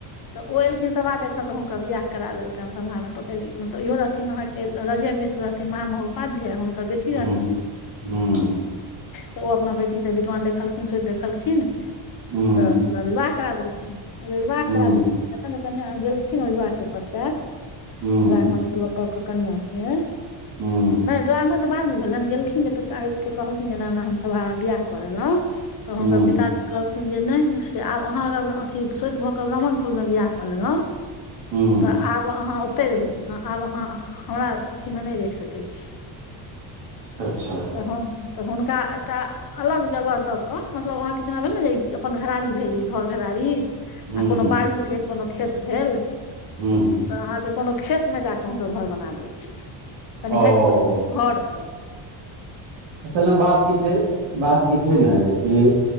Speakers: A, on the left (about 45°); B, on the right (about 60°).
A: तऽ ओ एलखिन सभा देखऽ तऽ हुनकर बियाह करा देलकैन सभा मे पकड़ मतलब इहो रहथिन अहाँ के रजे मिश्र रहथिन महा महोपाध्याय हुनकर बेटी रहथिन।
B: हूँ हूँ
A: तऽ ओ अपना बेटी से विद्वान देखलखिन, सोएत देखलखिन
B: हूँ
A: तऽ हुनका विवाह करा देलखनि, विवाह
B: हूँ
A: करा देलखिन तखन जे कनिया गेलखिन अय विवाह के पश्चात
B: हूँ
A: दुरागमन के लोकक के कनिया के
B: हूं।
A: नै दुरागमन त बाद मे भेलैन गेलखिन ये ते ता आब के कहलखिन एना-एना हम सभा मे बियाह क लेलौ। तऽ
B: हुँ,
A: हुनकर पिताजी कहलखिन जे नै-नै से आब अहां अहाँ अगर अथी सोएत भऽ कऽ ब्राह्मणकुल मे बियाह क लेलौ
B: हुं।
A: आब अहाँ ओतै रही, आब अहाँ हमरा अथी मे नै रैह सकै छी।
B: अच्छा,
A: तऽ हां। तऽ हुनका एकटा अलग जगह द के मतलब अहाँ के जेना भेल ने ई अपन घरारी भेल ई। घर घेरारी
B: हुँ,
A: आ कोनो बाड़ी भेल, कोनो खेत भेल।
B: हुं- हुं।
A: त अहाँके कोनो खेतमे जाकऽ हुनकर घर बना देलखिन कनि
B: ओ
A: हटि कऽ घर स।
B: असलमे बात की छैय, बात की छैय ने जेकि